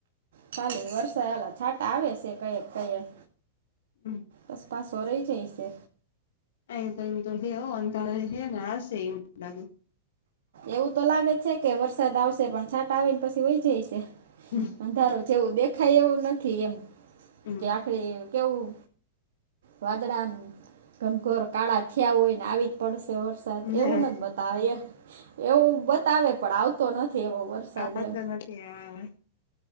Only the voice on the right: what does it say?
ખાલી વરસાદ ના છાટા આવે છે કયક કયક
પછી પાછો રહી જાય છે
એવું તો લાગે છે કે વરસાદ આવશે પણ છાટા આવી ને પછી વઇ જાય છે
અંધારું જેવું દેખાય એવું નથી એમ
કે આખરે કેવું વાદળા ઘનઘોર કાળા થયા હોય ને આવી જ પડશે વરસાદ
એવું નથી બતા એવું બતાવે પણ આવતો નથી એવો વરસાદ
એમ